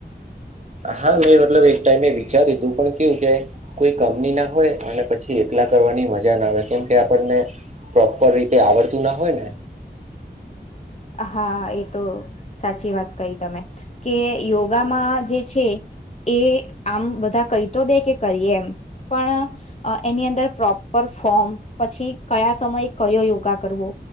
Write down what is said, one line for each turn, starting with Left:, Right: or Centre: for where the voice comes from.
Right: હા મેં મતલબ એક ટાઈમે વિચાર્યું તું પણ કેવું કે કોઈ કંપનીના હોય અને પ પછી એકલા કરવાની મજા ના આવે કેમકે આપણને પ્રોપર રીતે આવડતું ના હોય ને.
Left: હા એ તો સાચી વાત કહી તમે. કે યોગામાં જે છે એ આમ બધા કઈ તો દે કે કરીએ એમ પણ અ એની અંદર પ્રોપર ફોર્મ પછી કયા સમયે કયો યોગા કરવો